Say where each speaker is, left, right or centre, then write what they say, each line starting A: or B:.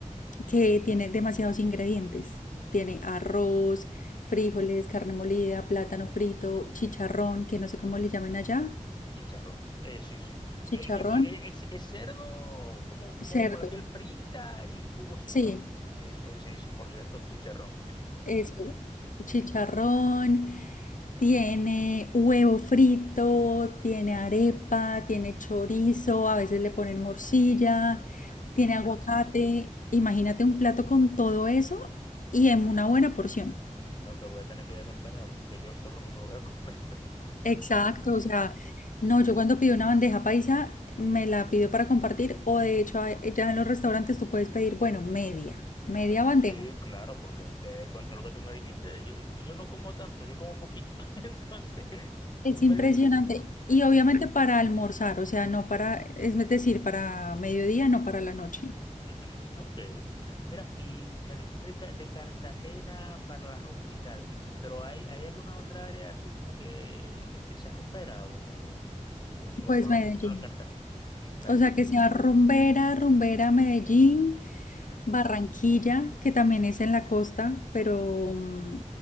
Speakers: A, on the left; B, on the left.
A: que tiene demasiados ingredientes. Tiene arroz, frijoles, carne molida, plátano frito, chicharrón, que no sé cómo le llamen allá.
B: Chicharrón, eh, sí, sí.
A: Chicharrón,
B: Que, que pe- eh, es, es cerdo como, como
A: cerdo.
B: con la piel frita y jugosito,
A: Sí,
B: ¿no? Sí, sí, sí, 100% chicharrón.
A: Eso, chicharrón, tiene huevo frito, tiene arepa, tiene chorizo, a veces le ponen morcilla,
B: Ay, mi
A: tiene
B: madre.
A: aguacate. Imagínate un plato con todo eso y en una buena porción.
B: No, que voy a tener que ir acompañado porque yo solo no me lo voy a <laughs> comer.
A: Exacto, o sea, no, yo cuando pido una bandeja paisa me la pido para compartir o de hecho a- ya en los restaurantes tú puedes pedir, bueno, media, media
B: Me dio-
A: bandeja
B: sí, claro, porque que con todo lo que tú me dijiste, yo, yo no como tanto, yo como poquito. <laughs> Entonces,
A: Es
B: tú me...
A: impresionante.
B: Sí.
A: Y obviamente para almorzar, o sea, no para, es decir, para mediodía, no para la noche.
B: ujú, ok. Mira, y me dijiste de, Ca- de Cartagena para la rumba y tal, pero ¿hay, hay alguna otra área así como que, que, que sea rumbera o, o, o
A: Pues
B: solo,
A: Medellín.
B: en- solo en Cartagena? M- Medellín.
A: O sea, que sea rumbera, rumbera, Medellín,
B: Ujú,
A: Barranquilla, que también es en la costa, pero mm,